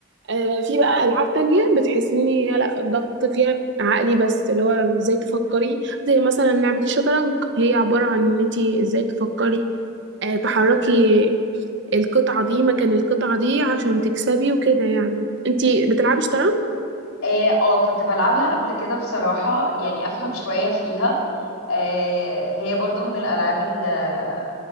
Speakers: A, on the right (about 55°); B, on the left (about 85°).
A: آه، في بقى ألعاب تانية بتحس إن هي لا الضغط فيها عقلي بس اللي هو إزاي تفكري زي مثلا لعبة الشطرنج هي عبارة عن إن أنت إزاي تفكري آه، تحركي
B: مم.
A: القطعة دي مكان القطعة دي عشان تكسبي وكده يعني انتي بتلعبي شطرنج؟
B: إيه، اه كنت بلعبها قبل كده بصراحة يعني افهم شوية فيها إيه، هي برضو من الالعاب ال-